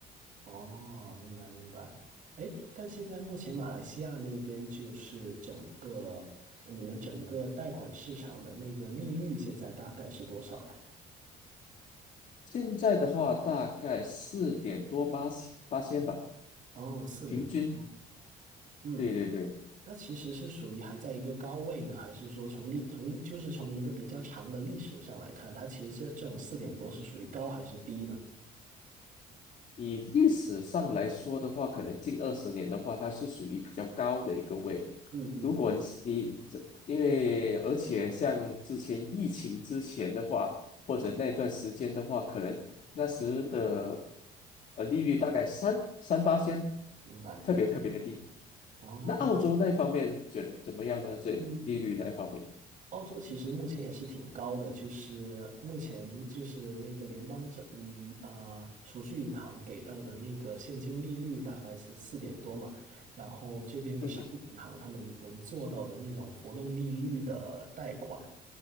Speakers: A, on the right; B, on the left.
A: 哦，明白明白。哎，但现在目前马来西亚那边就是整个你们整个贷款市场的那个利率现在大概是多少呀？
B: 现在的话，大概四点多八八千吧，
A: 哦，四点多。
B: 平均。
A: 嗯，
B: 对对对。
A: 那其实是属于还在一个高位呢，还是说从历从就是从一个比较长的历史上来看，它其实这这种四点多是属于高还是低呢？
B: 以历史上来说的话，可能近二十年的话，它是属于比较高的一个位。
A: 嗯嗯嗯，
B: 如果你是你这，因为而且像之前疫情之前的话，或者那段时间的话，可能那时的呃利率大概三三八仙，
A: 明白。
B: 特别特别的低。
A: 哦，
B: 那澳洲那方面觉得怎么样呢？这利率那方面，
A: 嗯，澳洲其实目前也是挺高的，就是目前就是那个联邦政嗯呃储蓄银行给到的那个现金利率大概是四点多嘛，然后这边的商业银行他们能做到的那种浮动利率的贷款，
B: 嗯哼，